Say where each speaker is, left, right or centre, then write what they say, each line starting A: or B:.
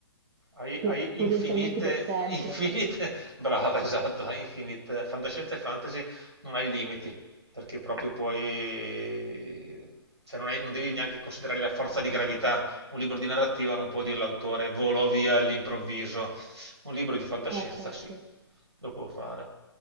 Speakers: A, on the right; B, on the right.
A: Hai,
B: per-
A: hai
B: potenzialmente
A: infinite,
B: per sempre.
A: infinite, <laughs> brava, esatto, hai infinite, fantascienza e fantasy non hai limiti, perché proprio puoi, cioè non hai- non devi neanche considerare la forza di gravità. Un libro di narrativa non può dire l'autore volò via all'improvviso. Un libro di fantascienza
B: Eh, certo.
A: sì, lo può fare.